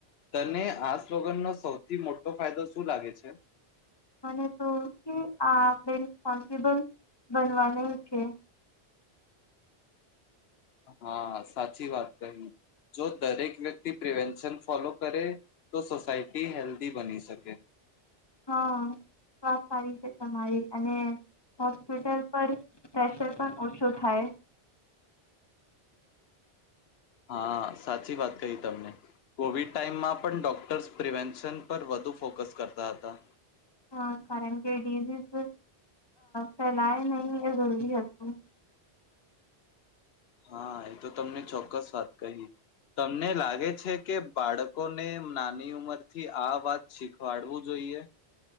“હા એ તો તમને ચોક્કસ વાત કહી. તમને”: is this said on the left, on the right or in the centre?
Left